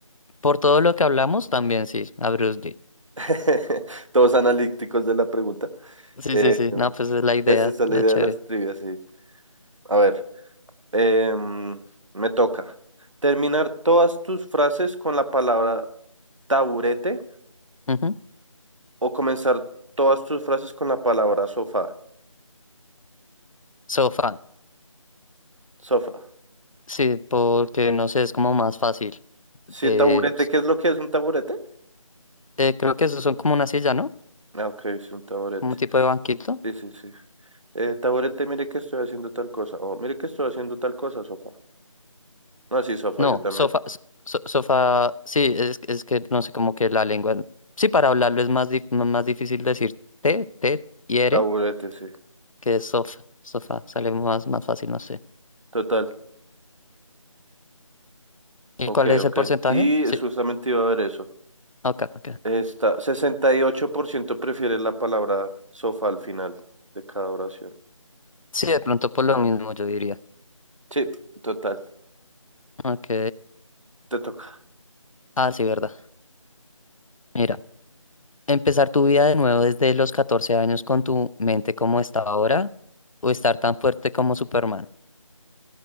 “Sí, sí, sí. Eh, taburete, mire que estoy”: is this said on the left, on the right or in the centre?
Right